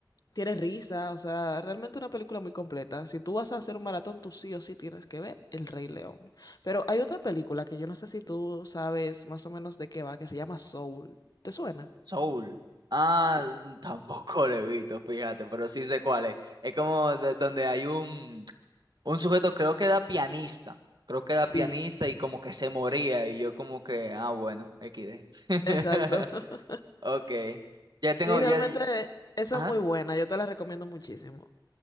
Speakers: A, on the left; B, on the right.
A: tiene risa, o sea, realmente una película muy completa. Si tú vas a hacer un maratón, tú sí o sí tienes que ver El Rey León. Pero hay otra película que yo no sé si tú sabes más o menos de qué va, que se llama Soul. ¿Te suena?
B: Soul. Ah,
A: Sí.
B: tampoco lo he visto, fíjate, pero sí sé cuál es. Es como de- donde hay un... Un sujeto creo que era pianista, creo que era
A: Sí,
B: pianista y como que se moría y yo como que, ah, bueno, XD. <laughs>
A: exacto. <laughs>
B: Ok, ya
A: Sí,
B: tengo,
A: realmente
B: ya, y-
A: esa
B: ajá.
A: es muy buena, yo te la recomiendo muchísimo.